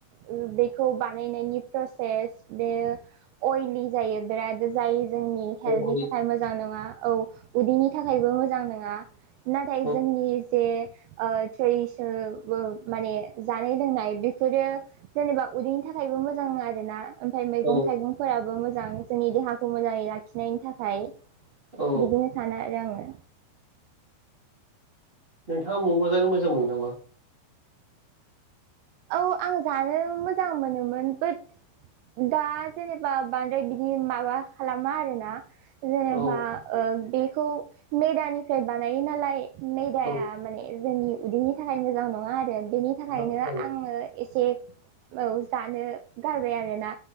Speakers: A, on the right; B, on the right.
A: ओ बेखौ बानायनायनि प्रसेस बेयो अइलि जायो बेराद जायो जोंनि हेल्थनि
B: औ
A: थाखाय मोजां नंङा औ। उदैनि थाखायबो मोजां नोंङा नाथाय
B: औ
A: जोंनि जे ओ थैसोबो माने जानाय लोंनाय बि फोरो जेनेबा उदैनि थाखायबो मोजां आरोना ओमफाय मैगं
B: औ
A: थाइगंफोराबो मोजां। जोंनि देहाखौ मोजांङै लाखिनायनि थाखाय
B: औ
A: बिदिनो सानो आरो आंङो।
B: नोंथांङा म' म' जानो मोजां मोनो नामा?
A: औ आं जानो मोजां मोनोमोन बोट दा जेनेबा बांद्राय बिदि माबा खालामा आरोना जेनेबा
B: औ
A: ओ बेखौ मेदानिफ्राय बानायो नालाय मेदाया
B: औ
A: माने जोंनि उदैनि थाखाय मोजां नंङा आरो बेनि थाखायनो
B: मोजांमोन
A: आंङो एसे औ जानो गारबाय आरोना।